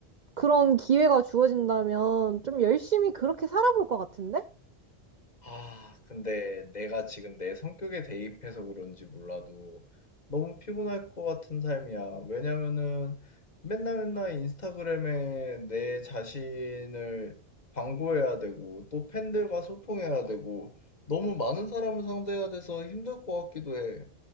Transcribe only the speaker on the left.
아, 근데 내가 지금 내 성격에 대입해서 그런지 몰라도 너무 피곤할 것 같은 삶이야. 왜냐면은 맨날 맨날 인스타그램에 내 자신을 광고해야 되고 또 팬들과 소통해야 되고 너무 많은 사람을 상대해야 돼서 힘들 것 같기도 해.